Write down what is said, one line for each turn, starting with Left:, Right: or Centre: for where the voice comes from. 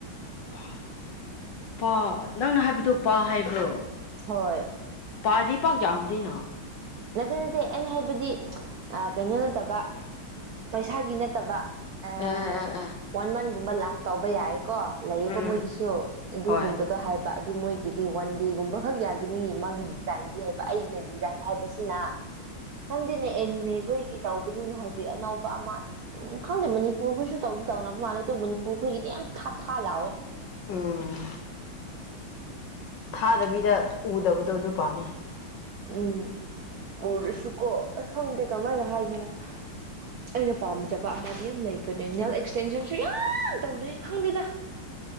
Left: ꯄꯥ ꯄꯥ ꯅꯪꯅ ꯍꯥꯏꯕꯗꯣ ꯄꯥ ꯍꯥꯏꯕ꯭ꯔꯣ
Right: ꯍꯣꯏ
Left: ꯄꯥꯗꯤ ꯄꯥꯛ ꯌꯥꯝꯗꯦꯅ
Right: ꯅꯠꯇꯦ ꯅꯠꯇꯦ ꯑꯩꯅ ꯍꯥꯏꯕꯗꯤ ꯑ ꯀꯩꯅꯣ ꯅꯠꯇꯕ ꯄꯩꯁꯥꯒꯤ ꯅꯠꯇꯕ ꯑ
Left: ꯑꯦ ꯑꯦ ꯑꯦ
Right: ꯋꯥꯟ ꯃꯟ ꯒꯨꯝꯕ ꯂꯥꯁ ꯇꯧꯕ ꯌꯥꯏ ꯀꯣ ꯂꯩꯌꯦꯀꯣ
Left: ꯎꯝ
Right: ꯃꯣꯏꯒꯤꯁꯨ ꯑꯗꯨꯒꯨꯝꯕꯗꯣ
Left: ꯍꯣꯏ
Right: ꯍꯥꯏꯕ ꯑꯗꯨ ꯃꯣꯏꯒꯤꯗꯤ ꯋꯥꯟꯗꯦ ꯒꯨꯝꯕ ꯈꯛ ꯌꯥꯒꯅꯤ ꯃꯥꯒꯤ ꯗꯤꯖꯥꯏꯟꯗꯤ ꯍꯥꯏꯕ ꯑꯩꯒꯤꯅ ꯗꯤꯖꯥꯏꯟ ꯍꯥꯏꯕ ꯁꯤꯅ ꯈꯪꯗꯦꯅꯦ ꯑꯦꯅꯤꯃꯦ ꯈꯣꯏꯒꯤ ꯇꯧꯕꯅꯤꯅꯦ ꯍꯧꯖꯤꯛ ꯑꯅꯧꯕ ꯑꯃ ꯎꯝ ꯈꯪꯗꯦ ꯃꯅꯤꯄꯨꯔ ꯈꯣꯏꯁꯨ ꯇꯧꯗꯤ ꯇꯧꯅꯕ ꯃꯥꯜꯂꯦ ꯑꯗꯨ ꯃꯅꯤꯄꯨꯔ ꯈꯣꯏꯒꯤꯗꯤ ꯌꯥꯝ ꯊꯥ ꯊꯥ ꯂꯥꯎꯋꯦ
Left: ꯎꯝ ꯊꯥꯗꯕꯤꯗ ꯎꯗꯕꯗꯣ ꯑꯗꯨ ꯄꯥꯝꯃꯦ
Right: ꯎꯝ ꯎꯔꯁꯨꯀꯣ ꯑꯁ ꯈꯪꯗꯦ ꯀꯔꯝꯍꯥꯏꯅ ꯍꯥꯏꯁꯤꯔꯥ ꯑꯩꯅ ꯄꯥꯝꯖꯕ ꯑꯃꯗꯤ ꯌꯥꯝ ꯂꯩꯕꯅꯦ ꯅꯦꯜ ꯑꯦꯛꯁꯇꯦꯟꯁꯟꯁꯨ ꯌꯥꯝ ꯇꯧꯅꯩ ꯈꯪꯗꯦꯗ